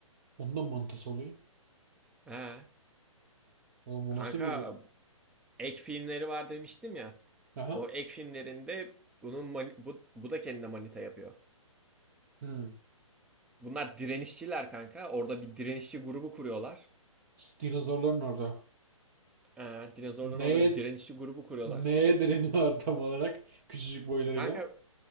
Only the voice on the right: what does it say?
Ondan mantısı oluyor.
Oğlum o
nasıl bir...
Aha.
Hmm.
S- Dinozorların orada.
Neye
Neye direniyor tam olarak? Küçücük boylarıyla.